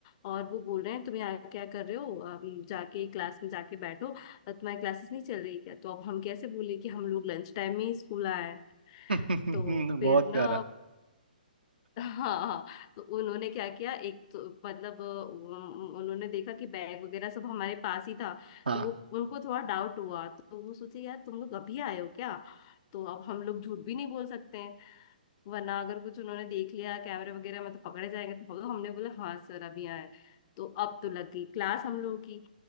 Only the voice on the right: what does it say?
<laughs>
बहुत
प्यारा
हाँ